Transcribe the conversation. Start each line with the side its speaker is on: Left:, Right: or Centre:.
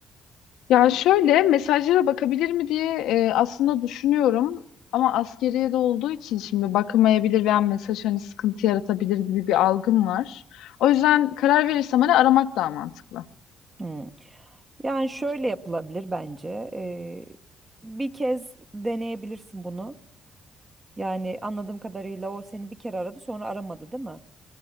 Left: Ya şöyle mesajlara bakabilir mi diye e, aslında düşünüyorum ama askeriye de olduğu için şimdi bakamayabilir veya mesaj hani sıkıntı yaratabilir gibi bir algım var. O yüzden karar verirsem hani aramak daha mantıklı.
Right: Hmm. Yani şöyle yapılabilir bence. Ee, bir kez deneyebilirsin bunu. Yani anladığım kadarıyla o seni bir kere aradı sonra aramadı değil mi?